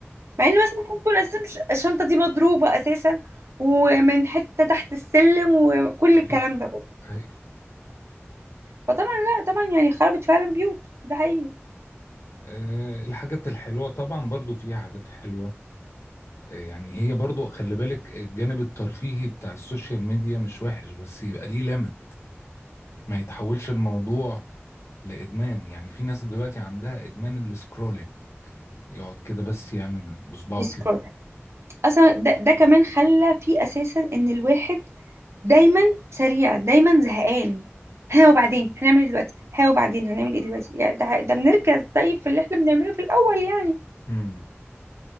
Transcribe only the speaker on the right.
مع ان مثلا ممكن تكون اساسا مش- الشنطه دي مضروبه اساسا ومن حته تحت السلم وكل الكلام
ده كله
فطبعا لا طبعا يعني خربت فعلا بيوت ده حقيقي
يسكرول
اصلا ده, ده كمان خلى فيه اساسا ان الواحد دايما سريع دايما زهقان ها وبعدين هنعمل ايه دلوقتي ها وبعدين هنعمل ايه دلوقتي يعني ده, ده بنركز طيب في اللي احنا بنعمله في الاول يعني